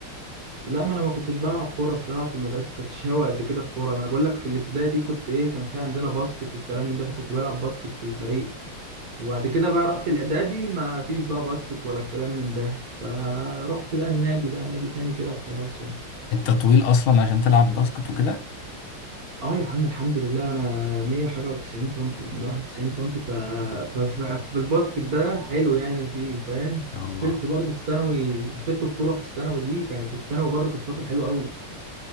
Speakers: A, on the right; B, on the left.
A: لا ما انا ما كنتش بلعب كوره الصراحه في المدرسه ما كنتش هاوي قد كده الكوره ما انا بقول لك في الابتدائي دي كنت ايه كان في عندنا باسكت والكلام من ده فكنت بلعب باسكت في الفريق وبعد كده بقى رحت الاعدادي ما فيش بقى باسكت ولا الكلام من ده فرحت بقى النادي بقى نادي تاني كده وخلاص يعني
B: انت طويل اصلا عشان تلعب باسكت وكده
A: اه يا عم الحمد لله انا 100 حاجه و90 سنتي يعني 91 سنتي ف... ف... ف... فالباسكت ده حلو يعني فيه فاهم
B: يا الله
A: دخلت برضه الثانوي دخلت بطوله في الثانوي دي كانت الثانوي برضه كانت فتره حلوه قوي